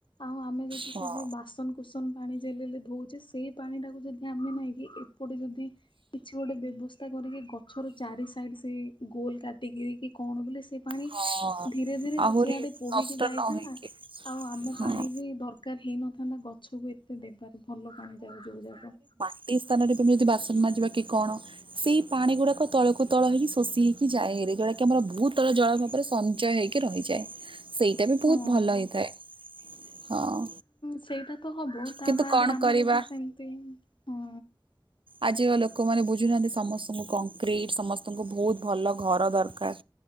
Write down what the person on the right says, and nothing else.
ହଁ।
ହଁ
ଆହୁରି
ନଷ୍ଟ
ନ ହେଇକି
ହଁ।
ଗୋଟିଏ ସ୍ଥାନରେ ତୁମେ ଯଦି ବାସନ ମାଯିବା କି କଣ। ସେଇ ପାଣି ଗୁଡାକ ତଳକୁ ତଳ ହେଇକି ଶୋଷି ହେଇକି ଯାଏହେରି ଯଉଟାକ କି ଆମର ଭୂତଳ ଜଳ ଭାବରେ ସଞ୍ଚୟ ହେଇକି। କି ରହିଯାଏ ସେଇଟା ବି ବହୁତ
ଭଲ ହେଇଥାଏ ହଁ
କିନ୍ତୁ
କଣ
କରିବା
ଆଜିକା ଲୋକମାନେ ବୁଝୁନାହାନ୍ତି ସମସ୍ତଙ୍କୁ କଂକ୍ରିଟ୍ ସମସ୍ତଙ୍କୁ ବହୁତ ଭଲ ଘର ଦରକାର।